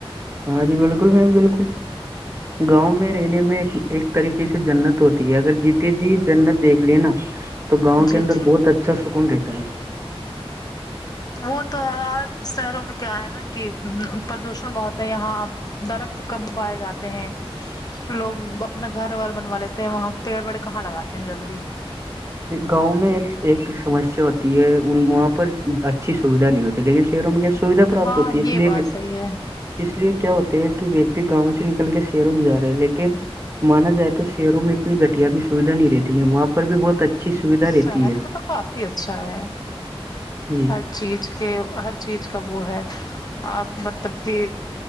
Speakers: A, on the right (about 25°); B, on the left (about 40°).
A: ہاں جی بالکل میم بالکل گاؤں میں رہنے میں ایک طریقے سے جنت ہوتی ہے اگر جیتے جی جنت دیکھ لینا تو گاؤں
B: جی
A: کے اندر
B: جی
A: بہت اچھا سکون رہتا ہے
B: وہ تو ہے شہروں میں کیا ہے نا کہ پردوشن بہت ہے یہاں درخت کب پائے جاتے ہیں لوگ اپنا گھر و بنوا لیتے ہیں وہاں پیڑ پیڑ کہاں لگاتے ہیں جلدی
A: گاؤں میں ایک سمسیا ہوتی ہے وہاں پر اچھی سویدھا نہیں ہوتی لیکن شہروں میں کیا سویدھا پراپت
B: ہاں
A: ہوتی
B: یہ
A: ہے اس لیے
B: بات
A: بھی
B: صحیح ہے
A: اس لیے کیا ہوتے ہے کہ ویکتی گاؤں سے نکل کے شہروں میں جا رہے لیکن مانا جائے تو شہروں میں اتنی گھٹیا بھی سویدھا نہیں رہتی میں وہاں پر بھی بہت اچھی سویدھا رہتی
B: شہر
A: ہے
B: میں تو کافی اچھا ہے
A: جی
B: ہ چیز کے ہر چیز کا وہ ہے آپ مطلب کہ